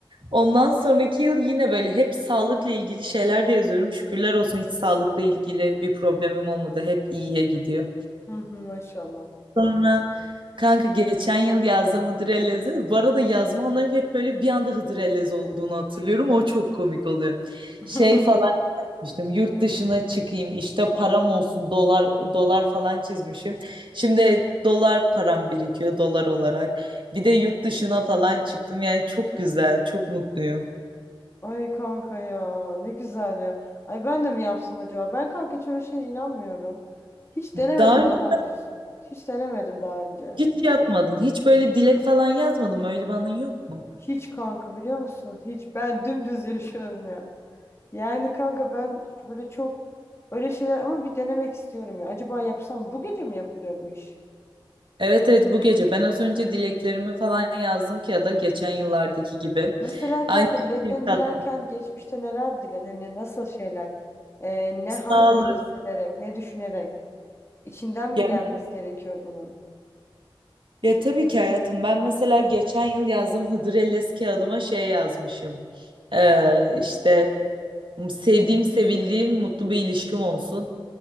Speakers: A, on the right; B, on the left.
A: Ondan sonraki yıl yine böyle hep sağlıkla ilgili şeyler de yazıyorum. Şükürler olsun hiç sağlıkla ilgili bir problemim olmadı. Hep iyiye gidiyor.
B: Hı hı, maşallah.
A: Sonra kanka geçen yıl yazdığım Hıdır Ellez'de de- bu arada yazma anlarım hep böyle bir anda Hıdır Ellez olduğunu hatırlıyorum. O çok komik oluyor.
B: <laughs>
A: Şey falan demiştim yurt dışına çıkayım işte param olsun dolar dolar falan çizmişim. Şimdi dolar param birikiyor dolar olarak. Bir de yurt dışına falan çıktım yani çok güzel çok mutluyum.
B: Ay kanka ya ne güzel ya. Ay ben de mi yapsam acaba? Ben kanka hiç öyle şeye inanmıyorum. Hiç
A: Daha
B: denemedim
A: önce
B: daha önce. Hiç denemedim daha önce.
A: hiç yapmadın hiç böyle dilek falan yazmadın mı öyle bir anın yok mu?
B: Hiç kanka biliyor musun? Hiç ben dümdüz yaşıyorum ya. Yani kanka ben böyle çok öyle şeyler ama bir denemek istiyorum ya. Acaba yapsam bu gece mi yapılıyor bu iş?
A: Evet evet bu gece ben az önce dileklerimi falan yazdım ki ya da geçen yıllardaki gibi.
B: Mesela kanka
A: Aynı
B: dileklerini
A: şekilde tat-
B: dilerken geçmişte neler diledin? Hani nasıl şeyler? Ee, ne hangi
A: sağlık.
B: ne hissederek, ne düşünerek? İçinden mi
A: Ya,
B: gelmesi gerekiyor bunun?
A: ya tabii ki hayatım ben mesela geçen yıl yazdığım Hıdır Ellez kağıdıma şey yazmışım. Ee, işte sevdiğim, sevildiğim, mutlu bir ilişkim olsun.